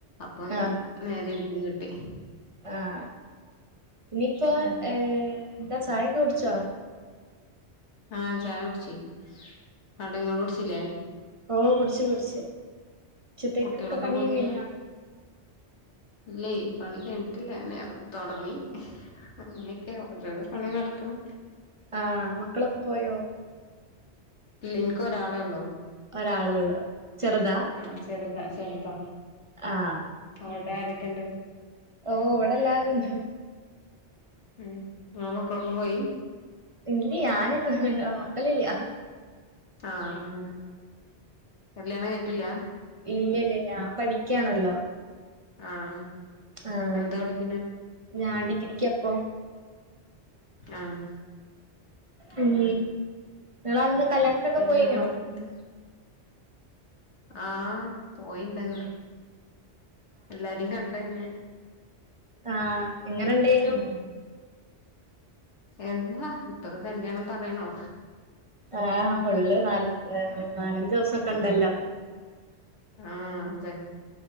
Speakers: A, on the left; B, on the right.
A: അപ്പൊ
B: ആഹ്
A: നേരെ എനിക്കും കിട്ടി
B: ആഹ് ഇനിയിപ്പോ
A: ഉം
B: ഏ എന്താ ചായക്കെ കുടിച്ചോ
A: ആഹ് ചായ കുടിച്ചു അവിടെ നിങ്ങള് കുടിച്ചില്ലേ
B: ഓഹ് കുടിച്ചു കുടിച്ചു ഉച്ചത്തേക്ക്ക്കെ
A: കുട്ടികളൊക്കെ
B: പണിയൊക്കെ
A: പോയിക്കാ
B: കഴി ഞ്ഞോ
A: ഇല്ലേ പണി കഴിഞ്ഞിട്ടില്ല അങ്ങനെ തൊടങ്ങി അങ്ങനെയക്കെയ ഓരോരോ പണി നടക്കണു
B: ആഹ് മക്കളൊക്കെ പോയോ
A: ഇല്ല എനിക്ക് ഒരാളെ ഉള്ളൂ
B: ഒരാള് ഉള്ളൂ ചെറുതാ
A: ആ ചെറുതാ ചെറുതാ
B: ആഹ്
A: അവിടെ ആരൊക്കെ ഒണ്ട്
B: ഓഹ് അവിടെ എല്ലാരും ഒണ്ട്
A: ഉം ഇങ്ങ്ളെ മക്കളൊക്കെ പോയി
B: ഇല്യാ ഞാന് മക്കളില്ലാ
A: ആഹ് ആ അങ്ങനെ കല്യാണം കഴിഞ്ഞിട്ടില്ലാ?
B: ഇല്ലെല്യാ ഞാൻ പഠിക്യാണല്ലോ
A: ആഹ്
B: ആഹ
A: എന്താ പഠിക്കണെ
B: ഞാൻ ഡിഗ്രിക്ക്യാപ്പം
A: ആഹ്
B: ഉം
A: അങ്ങനെ
B: നിങ്ങള് അന്ന് കല്യാണത്തിന്ക്കെ
A: പിന്നെ
B: പോയിനോ?
A: വേറെന്താ ആഹ പോയിണ്ടേന്ന് എല്ലാരിം കണ്ടെങ്ങനെ
B: ആഹ എങ്ങനെ ഇണ്ടേനു
A: ഉം എന്താ ഇപ്പത്തെ കല്യാണം പർയണോ
B: ആ ഫുള് നാലെ ഏഹ് നാലെഞ്ചേസം ക്കെണ്ടല്ലോ
A: ആഹ് അതെ